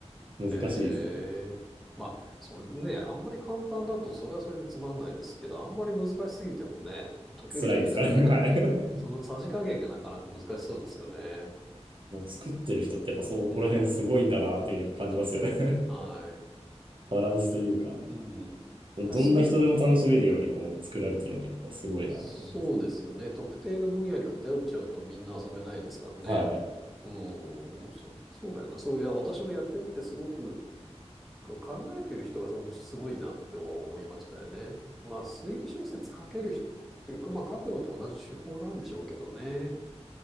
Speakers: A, on the right; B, in the centre.
A: う、
B: ええまあ、
A: 難しいですね。
B: それね、あんまり簡単だと、それはそれでつまんないですけど、あんまり難しすぎてもね、解ける人がいなくなっちゃって、
A: 辛いですからね。はい。
B: そのさじ加減がなかなか難しそうですよね。
A: もう作ってる人ってやっぱそこら辺すごいんだなっていうふうにやっぱ感じますよね
B: うーん。はい。
A: <laughs> バランスというか、
B: うん。
A: どんな人でも楽しめるようにこう作られてるのはやっぱすごいなと思います。
B: だすい、そうですよね。特定の分野に偏っちゃうとみんな遊べないですからね。
A: はい。
B: うん。面白いそうだよな。そういや、私もやってみてすごく、こう考えてる人がそのすごいなって思いましたよね。まあ、推理小説書ける人っていうか、まあ、書くのと同じ手法なんでしょうけどね。